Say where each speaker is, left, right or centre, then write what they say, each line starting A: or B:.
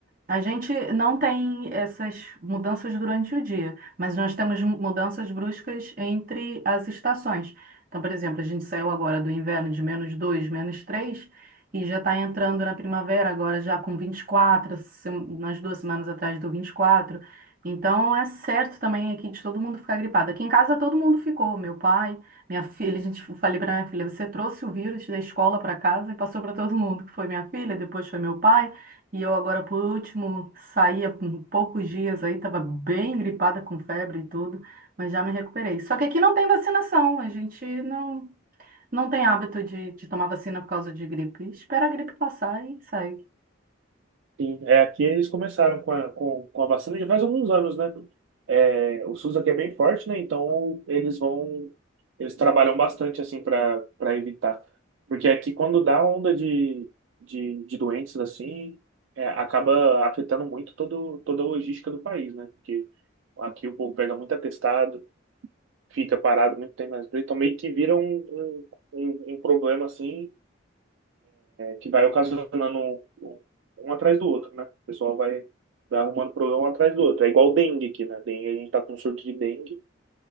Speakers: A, on the right; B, on the right.
A: A gente não tem essas mudanças durante o dia, mas nós temos mudanças bruscas entre as estações. Então, por exemplo, a gente saiu agora do inverno de menos 2, menos 3 e já está entrando na primavera agora já com 24, se- umas duas semanas atrás do 24. Então, é certo também aqui de todo mundo ficar gripado. Aqui em casa todo mundo ficou, meu pai, minha filha, <laughs> a gente eu falei para minha filha, você trouxe o vírus da escola para casa e passou para todo mundo, que foi minha filha, depois foi meu pai. E eu agora, por último, saí há pou- poucos dias aí, estava bem gripada com febre e tudo, mas já me recuperei. Só que aqui não tem vacinação, a gente não, não tem hábito de, de tomar vacina por causa de gripe. Espera a gripe passar e sai.
B: Sim, é, aqui eles começaram com a, com, com a vacina já faz alguns anos, né? É, o SUS aqui é bem forte, né? Então eles vão, eles trabalham bastante assim para para evitar. Porque aqui quando dá onda de, de, de doenças assim, é, acaba afetando muito todo, toda a logística do país, né? Porque aqui o povo pega muito atestado, fica parado muito tempo, mas então meio que vira um, um, um um problema assim que vai ocasionando um, um um atrás do outro, né? O pessoal vai, vai arrumando problema um atrás do outro. É igual dengue aqui, né? Dengue, a gente tá com surto de dengue